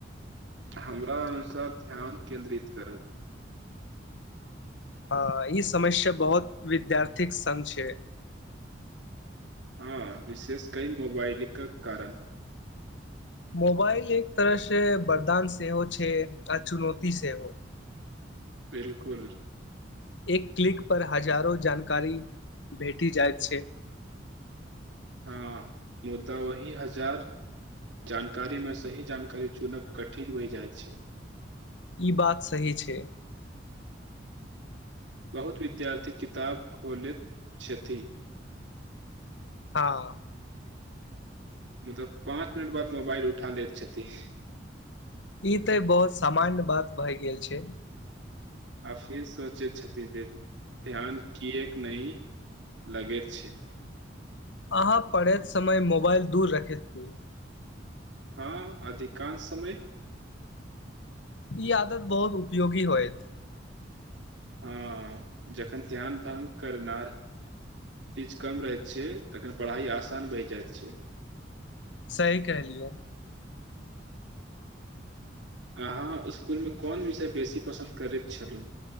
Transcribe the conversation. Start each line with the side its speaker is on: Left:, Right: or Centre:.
Right: हमरा अनुसार ध्यान केन्द्रित करत
Left: हँ ई समस्या बहुत विद्यार्थीक संग छै
Right: हँ विशेष कई मोबाइलके कारण
Left: मोबाइल एक तरह से बरदान सेहहो छै आ चुनौती सेहो
Right: बिलकुल
Left: एक क्लिक पर हजारो जानकारी भेटी जाइत छै
Right: हँ मुदा ओही हजार जानकारीमे सही जानकारी चुनब कठिन होई जाइ छै
Left: ई बात सही छै
Right: बहुत विद्यार्थी किताब खोलैत छथि
Left: हँ
Right: मतलब पाँच मिनट बाद मोबाइल उठा लैत छथिन
Left: ई तऽ बहुत सामान्य बात भए गेल छै
Right: आ फिर सोचैय छै ध्यान किए नहि लगैत छै
Left: अहाँ पढ़ैत समय मोबाइल दूर रखैत दियो
Right: हँ अधिकांश समय
Left: ई आदत बहुत उपयोगी होयत
Right: हँ जखन ध्यान भङ्ग करना चीज कम रहै छै तखन पढ़ाइ आसान है जाइ छै
Left: सही कैहेलियौ
Right: अहाँ इसकुलमे कोन विषय बेसी पसन्द करैत छलहुँ